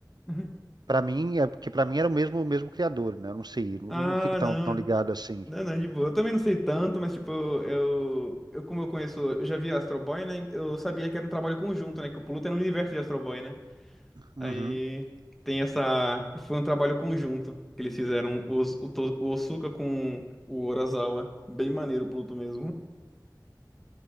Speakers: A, in the centre; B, on the right.
A: Uhum.
B: Para mim é porque para mim era o mesmo, o mesmo criador, né? Eu não sei, não
A: Ah,
B: não fico tão,
A: não.
B: tão ligado assim.
A: Não, não, de boa. Eu também não sei tanto, mas, tipo, eu, eu como eu conheço, eu já vi Astro Boy, né? Eu sabia que era um trabalho conjunto, né? Que o Pluto era um universo de Astro Boy, né?
B: Uhum.
A: Aí tem essa. Foi um trabalho conjunto que eles fizeram o, Os- o, To- o Osuka com o Urasawa. Bem maneiro o Pluto mesmo.